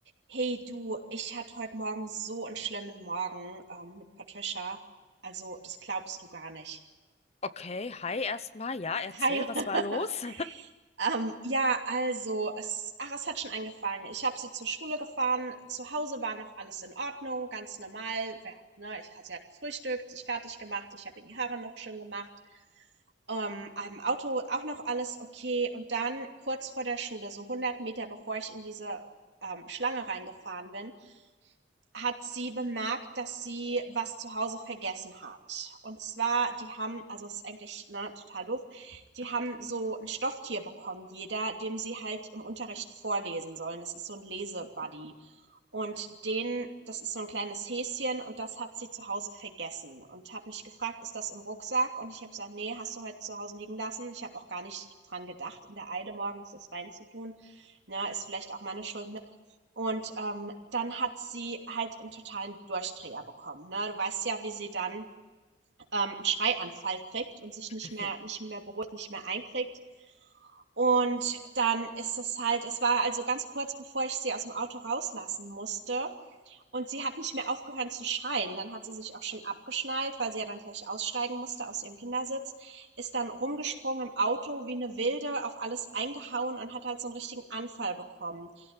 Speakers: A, on the right; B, on the left.
A: Hey du, ich hatte heute Morgen so einen schlimmen Morgen ähm, mit Patricia. Also, das glaubst du gar nicht.
B: Okay, hi erstmal. Ja, erzähl,
A: Hi.
B: was
A: <laughs>
B: war los?
A: Ähm, ja, also, es, ach, es hat schon angefangen. Ich habe sie zur Schule gefahren. Zu Hause war noch alles in Ordnung, ganz normal. Ja, ne, ich, sie hat gefrühstückt, sich fertig gemacht. Ich habe ihr die Haare noch schön gemacht. Ähm, am Auto auch noch alles okay. Und dann kurz vor der Schule, so 100 Meter bevor ich in diese ähm, Schlange reingefahren bin, hat sie bemerkt, dass sie was zu Hause vergessen hat. Und zwar, die haben, also es ist eigentlich ne, total doof, die haben so ein Stofftier bekommen, jeder, dem sie halt im Unterricht vorlesen sollen. Das ist so ein Lesebuddy. Und den, das ist so ein kleines Häschen und das hat sie zu Hause vergessen und hat mich gefragt, ist das im Rucksack? Und ich habe gesagt, nee, hast du heute zu Hause liegen lassen. Ich habe auch gar nicht dran gedacht, in der Eile morgens das reinzutun. Na, ist vielleicht auch meine Schuld, und ähm, dann hat sie halt einen totalen Durchdreher bekommen. Ne? Du weißt ja, wie sie dann ähm, einen Schreianfall kriegt und sich
B: <laughs>
A: nicht mehr, nicht mehr beruhigt, nicht mehr einkriegt. Und dann ist das halt, es war also ganz kurz bevor ich sie aus dem Auto rauslassen musste. Und sie hat nicht mehr aufgehört zu schreien. Dann hat sie sich auch schon abgeschnallt, weil sie ja dann gleich aussteigen musste aus ihrem Kindersitz. Ist dann rumgesprungen im Auto wie eine Wilde, auf alles eingehauen und hat halt so einen richtigen Anfall bekommen.